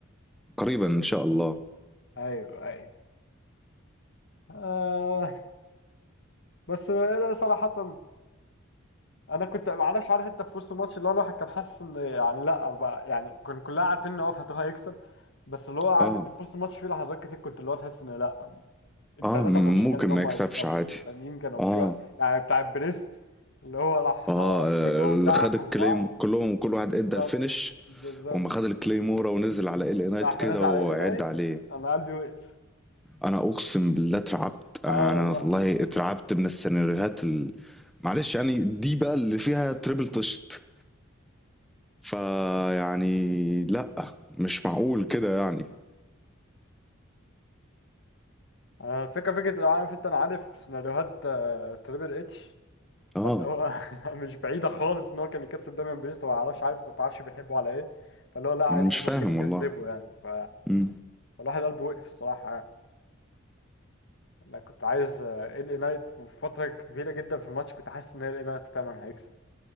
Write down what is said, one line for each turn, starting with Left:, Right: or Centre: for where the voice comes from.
Centre: قريبا ان شاء الله
Left: ايوه ايوه آه بس لا، صراحة انا كنت ما اعرفش عارف انت في وسط الماتش اللي هو الواحد كان حاسس ان يعني لا بقى يعني كان كلنا عارفين ان هو فاتو هيكسب بس اللي هو عارف
Centre: اه
Left: انت في وسط الماتش في لحظات كتير كنت اللي هو تحس ان لا الثلاثة
Centre: اه ممكن
Left: مرشحين ان
Centre: ما
Left: هم
Centre: يكسبش
Left: هيكسبوا
Centre: عادي
Left: التانيين كانوا
Centre: اه
Left: في وقت يعني بتاع بريست اللي هو راح
Centre: اه
Left: آه، كلهم
Centre: اللي
Left: دعكوا
Centre: خد الكليم
Left: في بعض
Centre: كلهم كل واحد
Left: بالظبط
Centre: ادى الفينش
Left: بالظبط
Centre: وما خد الكليمورا ونزل على ال نايت
Left: راح
Centre: كده
Left: نزل
Centre: وعد
Left: على القنايد
Centre: عليه
Left: انا قلبي وقف
Centre: انا اقسم بالله اترعبت انا
Left: اه والله
Centre: والله اترعبت من السيناريوهات ال... معلش يعني دي بقى اللي فيها تريبل طشت فيعني لا مش معقول كده يعني
Left: آه، فكرة فكرة لو عارف انت انا عارف سيناريوهات آه، تريبل اتش
Centre: اه
Left: فاللي هو <laughs> مش بعيدة خالص ان هو كان يكسب دايما بريست وما اعرفش عارف ما تعرفش بيحبه على ايه فاللي هو لا عادي
Centre: انا مش
Left: كان
Centre: فاهم
Left: ممكن يكسبه
Centre: والله
Left: يعني ف
Centre: امم
Left: فالواحد قلبه وقف الصراحة يعني. انا كنت عايز آه، ال اي نايت وفي فترة كبيرة جدا في الماتش كنت حاسس ان ال اي نايت فعلا هيكسب